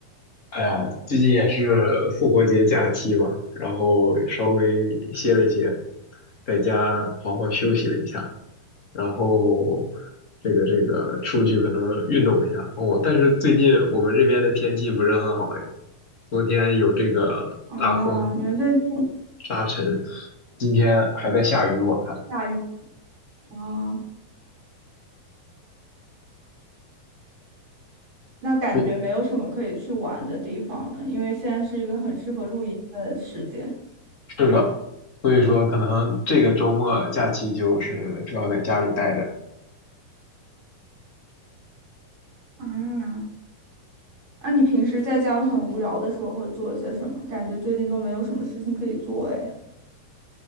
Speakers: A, on the left (about 20°); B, on the right (about 35°).
A: 哎呀，最近也是复活节假期嘛，然后稍微歇了一歇，在家好好休息了一下，然后这个这个出去可能运动一下哦。但是最近我们这边的天气不是很好哎，昨天有这个大风
B: 哦，你们最近
A: 沙尘，今天还在下雨，我看。
B: 下雨啊，那感觉没有什么可以去玩的地方了，
A: 对，
B: 因为现在是一个很适合露营的时间。
A: 是的，所以说可能这个周末假期就是主要在家里待着，
B: 啊，那你平时在家很无聊的时候会做些什么？感觉最近都没有什么事情可以做哎。